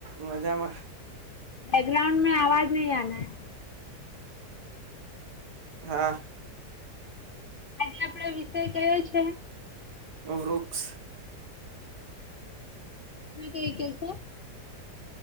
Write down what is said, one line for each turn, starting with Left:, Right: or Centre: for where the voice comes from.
Right: મજામાં
Left: બેગ્રાઉન્ડ મે અવાજ નહી આના હે
Right: હા
Left: આપડો વિષય કયો છે.
Right: વૃક્ષ
Left: તમે કય કેસો